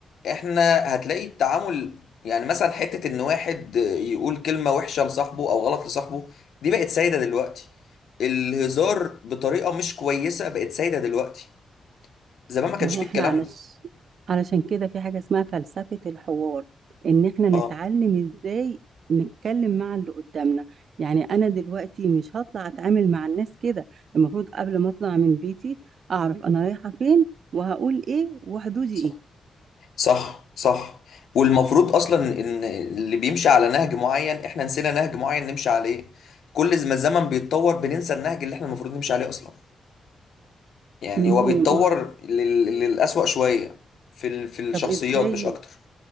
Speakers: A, on the left (about 70°); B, on the right (about 55°).
A: احنا هتلاقي التعامل يعني مثلا حته ان واحد يقول كلمه وحشه لصاحبه او غلط لصاحبه دي بقت سايده دلوقتي الهزار بطريقه مش كويسه بقت سايده دلوقتي زمان ما كانش
B: ما هو
A: فيه
B: احنا
A: الكلام
B: علش...
A: ده
B: علشان كده في حاجة اسمها فلسفة الحوار ان احنا نتعلم
A: اه
B: ازاي نتكلم مع اللي قدامنا يعني انا دلوقتي مش هطلع اتعامل مع الناس كده المفروض قبل ما اطلع من بيتي اعرف انا رايحة فين وهقول ايه وحدودي
A: صح
B: ايه
A: صح صح والمفروض اصلا ان اللي بيمشي على نهج معين احنا نسينا نهج معين نمشي عليه كل ما الزمن بيتطور بننسى النهج اللي احنا المفروض نمشي عليه اصلا يعني
B: ما
A: هو
B: هو
A: بيتطور
B: ما هو إز-
A: لل... للأسوأ شوية في ال... في الشخصيات
B: طب ازاي
A: مش اكتر